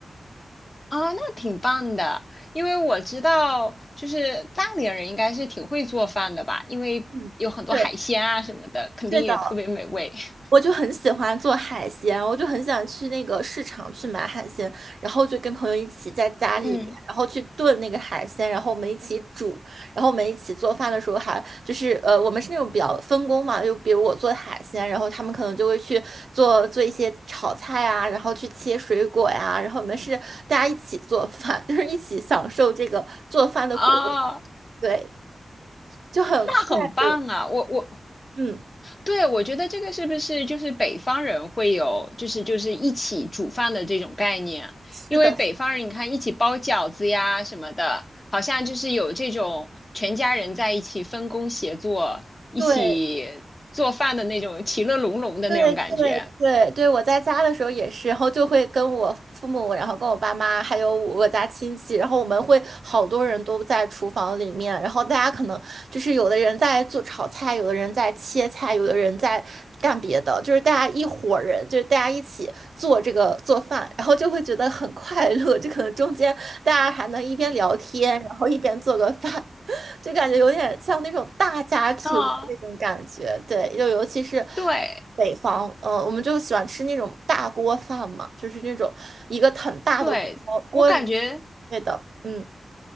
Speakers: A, on the left; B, on the right.
A: 啊，那挺棒的，因为我知道就是大连人应该是挺会做饭的吧，因为有很多海鲜啊什么的，
B: 嗯，对。
A: 肯定也特别美味。
B: 对的。
A: <laughs>
B: 我就很喜欢做海鲜，我就很想去那个市场去买海鲜，然后就跟朋友一起在家里面，
A: 嗯，
B: 然后去炖那个海鲜，然后我们一起煮，然后我们一起做饭的时候还就是呃，我们是那种比较分工嘛，就比如我做海鲜，然后他们可能就会去做做一些炒菜啊，然后去切水果呀，然后我们是大家一起做饭，<laughs> 就是一起享受这个做饭的过程，
A: 哦，
B: 对，就很快乐。
A: 那很棒啊！我我
B: 嗯，
A: 对，我觉得这个是不是就是北方人会有，就是就是一起煮饭的这种概念？
B: 是的，
A: 因为北方人你看一起包饺子呀什么的，好像就是有这种全家人在一起分工协作、一起做饭的那种其乐融融的那种感觉。
B: 对。对对对对，我在家的时候也是，然后就会跟我父母，然后跟我爸妈，还有我家亲戚，然后我们会好多人都在厨房里面，然后大家可能就是有的人在做炒菜，有的人在切菜，有的人在干别的，就是大家一伙儿人，就是大家一起做这个做饭，然后就会觉得很快乐，就可能中间大家还能一边聊天，然后一边做个饭。<laughs> 就感觉有点像那种大家庭的那种感觉，
A: 啊，
B: 对，就尤其是
A: 对
B: 北方，呃，我们就喜欢吃那种大锅饭嘛，就是那种一个很大的锅锅里，
A: 对，我感觉，
B: 对的，嗯，